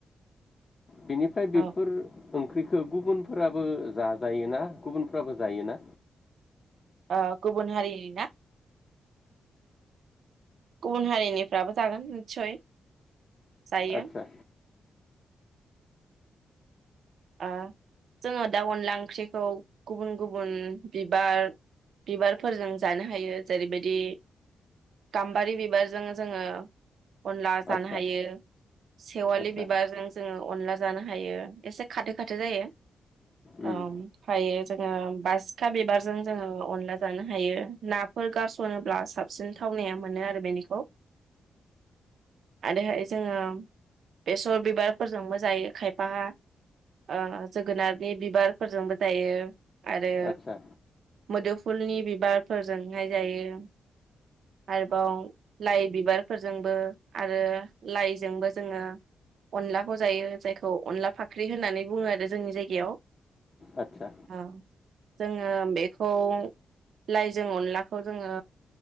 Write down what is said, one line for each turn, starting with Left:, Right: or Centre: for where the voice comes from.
Left: बेनिफ्राय बेफोर
Right: औ
Left: ओंख्रिखौ गुबुनफोरा बो जाजायोना गुबुनफ्राबो जायोना
Right: ओ गुबुन हारिनि ना गुबुन हारिनिफ्राबो जागोन निस्सय जायो
Left: आदसा
Right: ओ जोङो दा अनला ओंख्रिखौ गुबुन गुबुन बिबार बिबारफोरजों जानो हायो जेरैबायदि गाम्बारि बिबारजों जोङो अनला जानो
Left: आदसा
Right: हायो सेवालि
Left: आदसा
Right: बिबारजों जोङो अनला जानो हायो एसे खाथो खाथो जायो
Left: उम
Right: ओमफायो जोङो बासिखा बिबारजों जोङो अनला जानो हायो नाफोर गारस'नोब्ला साबसिन थावनाया मोनो आरो बेनिखौ आरोहाय जोङो बेसर बिबारफोरजोंबो जायो खायफाहा ओ जोगोनारनि बिबारफोरजोंबो जायो आरो
Left: आदसा
Right: मोदोफुलनि बिबारफोरजोंहाय जायो आरोबाव लाइ बिबारफोरजोंबो आरो लाइजोंबो जोङो अनलाखौ जायो जायखौ अनला फाख्रि ख्रि होननानै बुङो आरो जोंनि जायगायाव
Left: आदसा
Right: ओ जोङो बेखौ लाइजों अनलाखौ जोङो